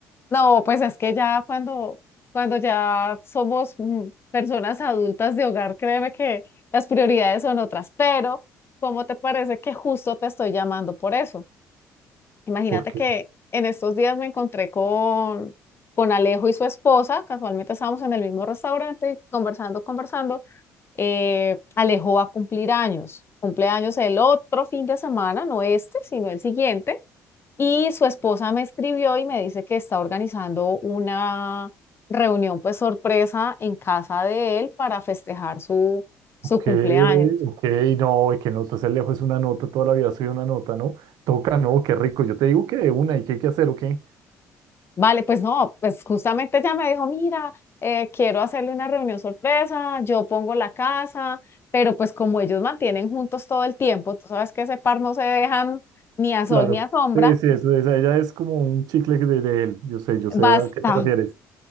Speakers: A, on the left; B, on the right.
A: no, pues es que ya cuando, cuando ya somos mm, personas adultas de hogar, créeme que las prioridades son otras. Pero, ¿cómo te parece que justo te estoy llamando por eso? Imagínate
B: ¿Por qué?
A: que en estos días me encontré con, con Alejo y su esposa, casualmente estábamos en el mismo restaurante, conversando, conversando. eh, Alejo va a cumplir años, cumpleaños el otro fin de semana, no este, sino el siguiente. Y su esposa me escribió y me dice que está organizando una reunión, pues sorpresa, en casa de él para festejar su, su
B: Ok,
A: cumpleaños.
B: ok, no, y que no, estás lejos es una nota, toda la vida soy una nota, ¿no? Toca, no, qué rico. Yo te digo que de una y qué hay que hacer, o qué
A: Vale, pues no, pues justamente ella me dijo, mira, eh, quiero hacerle una reunión sorpresa, yo pongo la casa, pero pues como ellos mantienen juntos todo el tiempo, tú sabes que ese par no se dejan ni a
B: Claro.
A: sol ni a sombra,
B: Sí, sí, eso, esa- ella es como un chicle de, de él. Yo sé, yo sé
A: basta.
B: a qué te refieres.